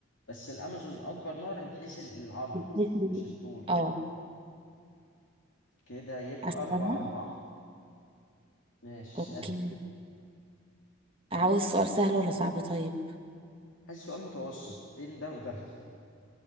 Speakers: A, on the left; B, on the right.
A: بس الأمازون أكبر نهر من حيث العرض
B: بتحسي-
A: مش الطول
B: اه
A: كده يبقى
B: أسألك
A: أربعة أربعة ماشي
B: اوكي
A: اسألي
B: عاوز سؤال سهل ولا صعب طيب
A: عايز سؤال متوسط بين ده وده